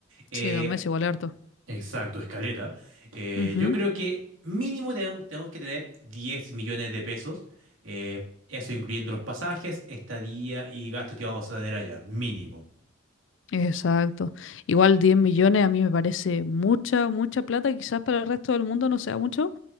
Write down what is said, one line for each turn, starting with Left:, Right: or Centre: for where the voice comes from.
Right: eh,
Left: Sí, dos meses igual es harto.
Right: exacto, escaleta, eh,
Left: Ujú,
Right: yo creo que mínimo te- tenemos que tener 10 millones de pesos, eh, eso incluyendo los pasajes, estadía y gastos que vamos a tener allá, mínimo.
Left: Exacto. Igual 10 millones a mí me parece mucha, mucha plata. Quizás para el resto del mundo no sea mucho,